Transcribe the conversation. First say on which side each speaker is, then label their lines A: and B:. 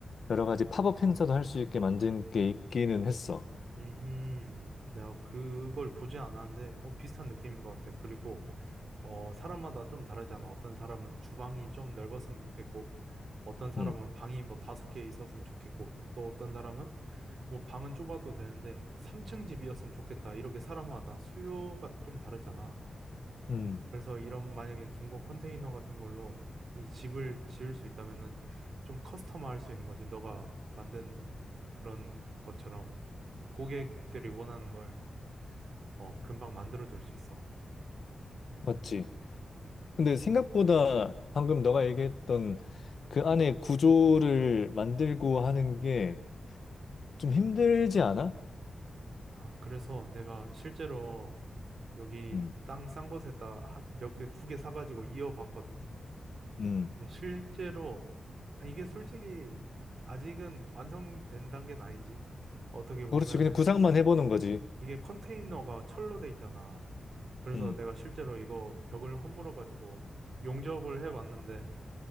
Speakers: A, on the left (about 60°); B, on the right (about 65°).
A: 여러 가지 팝업 행사도 할 수 있게 만든 게 있기는 했어.
B: 음, 내가 그걸 보지 않았는데, 어, 비슷한 느낌인 것 같아. 그리고, 어, 사람마다 좀 다르잖아. 어떤 사람은 주방이 좀 넓었으면 좋겠고, 어떤 사람은
A: 음,
B: 방이 뭐 다섯 개 있었으면 좋겠고, 또 어떤 사람은 뭐 방은 좁아도 되는데, 3층 집이었으면 좋겠다. 이렇게 사람마다 수요가 좀 다르잖아.
A: 음,
B: 그래서 이런 만약에 중고 컨테이너 같은 걸로 이 집을 지을 수 있다면은 좀 커스터마할 수 있는 거지. 너가 만든 그런 것처럼 고객들이 원하는 걸 어, 금방 만들어줄 수 있어.
A: 맞지? 근데 생각보다 방금 너가 얘기했던 그 안에 구조를 만들고 하는 게 좀 힘들지 않아?
B: 아, 그래서 내가 실제로 여기
A: 음,
B: 땅 싼 곳에다 몇 개, 두 개 사가지고 이어봤거든.
A: 음.
B: 근데 실제로, 아, 이게 솔직히 아직은 완성된 단계는 아니지. 어떻게 보면은
A: 그렇지. 그냥 구상만 해보는 거지.
B: 이게 컨테이너가 철로 돼 있잖아. 그래서
A: 음,
B: 내가 실제로 이거 벽을 허물어가지고 용접을 해봤는데